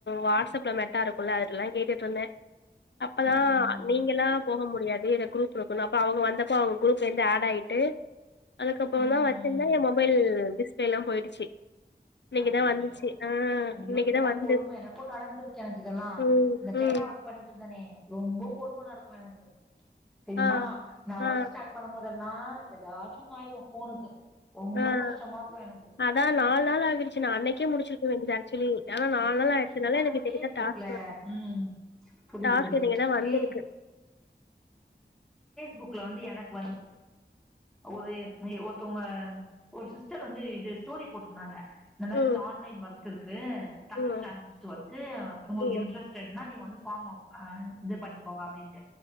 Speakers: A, on the left; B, in the centre.
A: வாட்ஸ்அப்ல மெ ட்டா இருக்கும்ல்ல அதுட்டெல்லாம் கேட்டுட்டு இருந்தே அப்பதான்
B: ம் ம்
A: நீங்கல்லா போக முடியாது இத க்ரூப் குடுக்கணு அப்ப அவங்க வந்தப்போ அவங்க குரூப்ல இருந்து ஆட் ஆயிட்டு அதுக்கப்பறம்
B: ம்
A: தான் வச்சிருந்தே என் மொபைல் டிஸ்பிளே லாம் போயிடுச்சு <unintelligible> இன்னைக்குதா
B: அச்சச்சோ
A: வந்துச்சு ஆ
B: ஐயோ
A: இன்னைக்குதா
B: இதெல்லா
A: வந்தது
B: கொடும எனக்கும் நடந்துருக் எனக்கு இதெல்லாம்
A: ம்
B: இந்த சைனா
A: ம்
B: ஒர்க் பண்ணிட்டு இருந்தனே ரொம்ப கொடும நடக்கும் எனக்கூ தெரியுமா
A: ஆ
B: நான்
A: ஆ
B: ஒர்க் ஸ்டாட் பண்ணும் போது அதெல்லாம் ஏதாச்சும் ஆயிரும் ஃபோனுக்கு ரொம்ப
A: அஹ்
B: கஷ்டமா இருக்கு எனக்கு
A: அதான் நாலு நாள் <unintelligible> நா அன்னைக்கே முடிச்சிருக்க வேண்டியது ஆக்ச்வலி ஆனா நால்
B: நா
A: நாள்
B: வந்து
A: ஆயிட்சதுனால
B: எப்டின்னா
A: எனக்கு
B: நா
A: இன்னைக்குதான்
B: ஃபேஸ்புக்ல
A: டாஸ்க் வந்
B: ம் புரியுது
A: டாஸ்க்
B: புரியுது
A: இன்னைக்குதான் வந்துருக்கு
B: ஃபே புக்ல வந்து எனக்கு ஒரு ஒருத்தவ்ங்க ஒரு சிஸ்டர் வந்து இது ஸ்டோரி போட்டுருந்தாங்க இந்த மாரி
A: ம்
B: வந்து ஆன்லைன் ஒர்க் கு தமிழ்
A: ம்
B: டிரான்சிட் ஒர்க்கு உங்களுக்கு
A: ம்
B: இன்ட்ரெஸ்டட்னா நீங்க வந்து ஃபாம்மா இது பண்ணிக்கோங்க அப்டின்ட்டு